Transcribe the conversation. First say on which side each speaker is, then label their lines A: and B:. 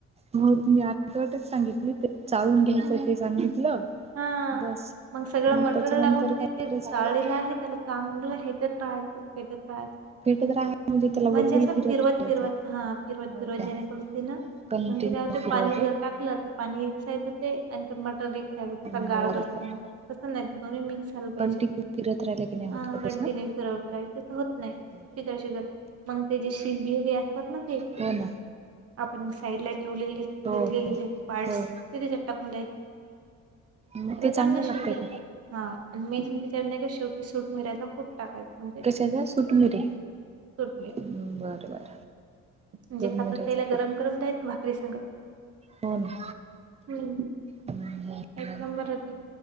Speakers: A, on the right; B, on the right.
A: हो तुम्ही अर्धवटच सांगितली ते चाळून घ्यायचं
B: हम्म.
A: ते सांगितलं.
B: हा
A: बस
B: मग सगळं मटेरियल
A: त्याच्यानंतर
B: लागून तिथे
A: काय करायचं
B: चालेलं आहे त्याला. चांगलं ह्याच्यात राहायचं. हायचं
A: फेटत राहा त्याला
B: म्हणजे
A: गोलगोल
B: असं फिरवत
A: राहायचं
B: फिरवत हा फिरवताना
A: हो
B: फिरवत
A: का
B: जेणेकरूनते ना.
A: कंटिन्यू
B: मग ते होते
A: फिरवायचं
B: पाणी जर टाकलं तर पाणी एक साइड होते आणि ते मटर एक त्या
A: बरं
B: गाळ बसते
A: बरं
B: तस नाही दोन्ही मिक्स झालं पाहिजे
A: कंटिन्यू फिरत राहिला की नाही होत
B: हा
A: का
B: कंटिन्यूव
A: तसं
B: होत नाही
A: बरं
B: शितर
A: बरं
B: शितर मग ते जे शिबगे असतात ना ते.
A: हो ना
B: आपण साईड ला ठेवलेले झिजलेले
A: हो
B: ज पार्टस
A: हो
B: ते त्याच्यात टाकून दयेत
A: मग
B: त्याला
A: ते
B: चांगलं
A: लागते
B: शूज दयचं
A: का
B: हा मेच्या नाही का शेवटी सूट मिरायचा खूप टाकायचं म्हणजे.
A: का सुट मरे.
B: सूट मिरा
A: बरं बरं.
B: म्हणजे
A: सुटमिरेचा
B: खातात त्याला
A: कुट
B: गरम गरम द्यायच भाकरी सग
A: हो ना.
B: हम्म.
A: हम्म बरं
B: एक नंबर होते